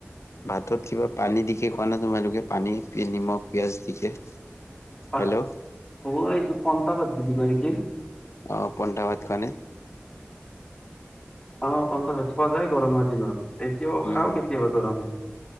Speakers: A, on the left; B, on the left.
A: ভাতত কিবা পানী দিকে খোৱা ন তোমালোকে, পানী, নিমখ, পিয়াঁজ দিকে?
B: হয়।
A: হেল্ল'
B: অ এইটো পন্তা ভাত বুলি কয় নেকি?
A: অ পন্টা ভাত খোৱা নে?
B: অ পণ্টা ভাত খোৱা যায় গৰমৰ দিনত, এতিয়াও খাওঁ
A: উম
B: কেতিয়াবা গৰমত।